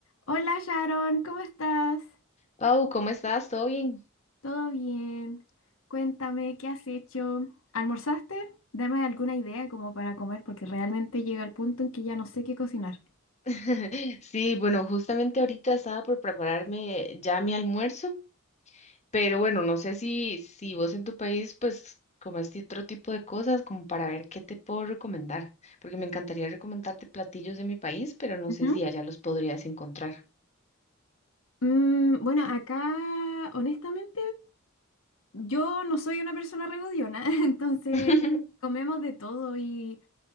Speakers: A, on the left; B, on the left.
A: Hola Sharon, ¿cómo estás?
B: Pau, ¿cómo estás? ¿Todo bien?
A: ¿Todo bien? Cuéntame, ¿qué has hecho? ¿Almorzaste? Dame alguna idea como para comer, porque realmente llega el punto en que ya no sé qué cocinar.
B: <laughs> Sí, bueno, justamente ahorita estaba por prepararme ya mi almuerzo, pero bueno, no sé si, si vos en tu país pues comes otro tipo de cosas como para ver qué te puedo recomendar, porque me encantaría recomendarte platillos de mi país, pero no
A: Ujú.
B: sé si allá los podrías encontrar.
A: Mm, bueno, acá, honestamente, yo no soy una persona regodiona, <laughs> entonces
B: <laughs>
A: comemos de todo y